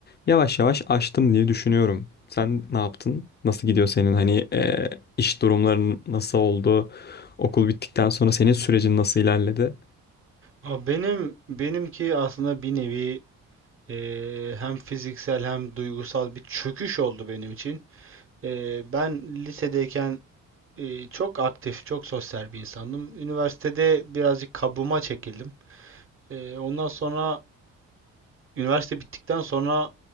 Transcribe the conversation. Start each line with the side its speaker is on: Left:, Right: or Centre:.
Left: Yavaş yavaş açtım diye düşünüyorum. Sen ne yaptın? Nasıl gidiyor senin hani e, iş durumların nasıl oldu? Okul bittikten sonra senin sürecin nasıl ilerledi?
Right: Ama benim benimki aslında bir nevi eee, hem fiziksel hem duygusal bir çöküş oldu benim için. Eee, ben lisedeyken eee, çok aktif, çok sosyal bir insandım. Üniversitede birazcık kabuğuma çekildim. Eee, ondan sonra üniversite bittikten sonra